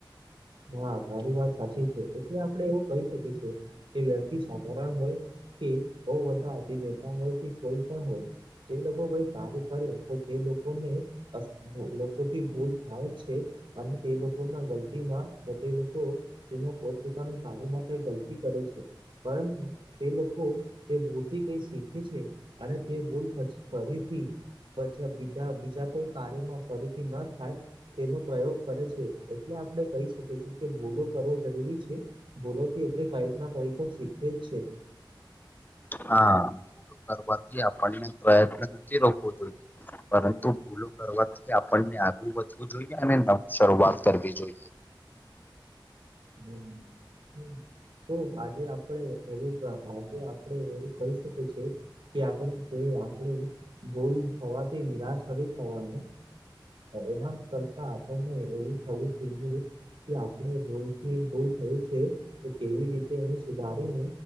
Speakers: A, on the right; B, on the left.
A: મા તારી વાત સાચી છે એટલે આપડે એવું કહી શકીએ છીએ કે વ્યક્તિ સાધારણ હોય કે બઉ બધા અભિનેતા હોય કે કોઈ પણ હોય તે લોકો પઇ તારે કરે તો તે લોકોને લોકોથી ભૂલ થાય છે. મને તે લોકો ના ગલ્તી માં તે લોકો તેના પોતપ પોતાના કારોમાં કઈ ગલતી કરે છે. પરંતુ તે લોકો તે ભુલ થી કઈ શીખે છે. અને તે બોલ ફરીથી પછી બીજા બીજા કોઈ કાર્યમાં ફરીથી ન થાય. તેનો પ્રયોગ કરે છે એટલે આપણે કહી શક કે છે કે બોલો કરવો જરૂરી છે બોલોથી એટલે કઈ ન કઈક તો શીખે જ છે.
B: હા ભૂલો કરવાથી આપણને પ્રયત્ન નથી રોકવો જોઈએ. પરંતુ ભૂલો કરવાથી આપણને આગું વધવું જોઈએ અને નવી શરૂઆત કરવી જોઈએ.
A: હમ હમ તો આજે આપડે એવું આજે આપડે એવું કહી શકીએ છીએ કે આપણે આપણે ભૂલ થવાથી નિરાશ નથી થવાનું એના કરતા આપણને એવું થવું જોઈ કે આપણે કી ભૂલ થયું છે તો કેવી રીતે એને સુધારીને